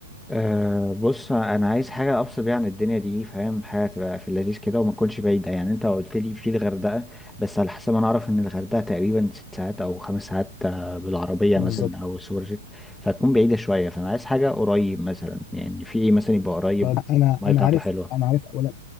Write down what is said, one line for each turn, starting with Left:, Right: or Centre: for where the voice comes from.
Centre: أه بص انا عايز حاجه افصل بيها عن الدنيا دي فاهم حاجه تبقى في اللذيذ كده وما تكونش بعيده يعني انت قلت لي في الغردقه بس على حسب ما انا اعرف ان الغردقه تقريبا ست ساعات او خمس ساعات آه، بالعربيه
Left: بالظبط
Centre: مثلا او سوبر جيت فتكون بعيده شويه فانا عايز حاجه قريب مثلا يعني في ايه مثلا يبقى قريب
Left: طب انا
Centre: الميه
Left: انا
Centre: بتاعته
Left: عارف
Centre: حلوه
Left: انا عارف اولا